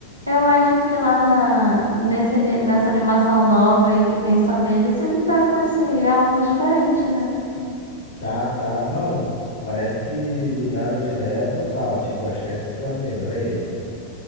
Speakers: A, on the right (about 85°); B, on the left (about 65°).
A: eu acho que lá na, nesse ani- nessa animação nova aí que tem só deles, ele tá com esse elmo diferente, né?
B: Tá, tá. Não, parece que mudaram de ideia total. Tipo, ó, esquece esse elmo aí, agora é esse.